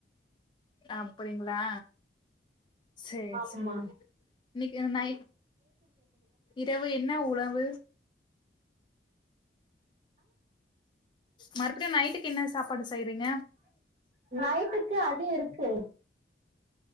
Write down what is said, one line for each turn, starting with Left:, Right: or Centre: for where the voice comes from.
Left: அப்டிங்களா சேரி சேரி
Right: ஆமா
Left: இன்னைக்கு நை இரவு என்ன உணவு மறுபடியு நைட்டுக்கு என்ன சாப்பாடு செய்றீங்க
Right: நைட்டுக்கு அது இருக்கு